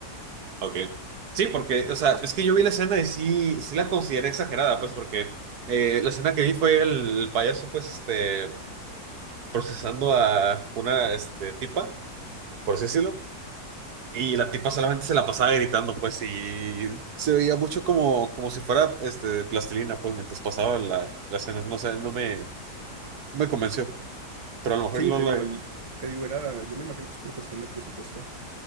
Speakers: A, on the right; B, on the right.
A: Ok. Sí, porque, o sea, es que yo vi la escena y sí, sí la consideré exagerada, pues, porque eh, la escena que vi fue el, el payaso, pues, este, procesando a una, este, tipa, por así decirlo. Y la tipa solamente se la pasaba gritando, pues, y se veía mucho como, como si fuera este, de plastilina, pues, mientras pasaba la, la escena. No sé, no me, no me convenció, pero a lo mejor
B: Sí,
A: no
B: te
A: la...
B: digo, el, te digo, era, yo me imagino que es por cuestión del presupuesto.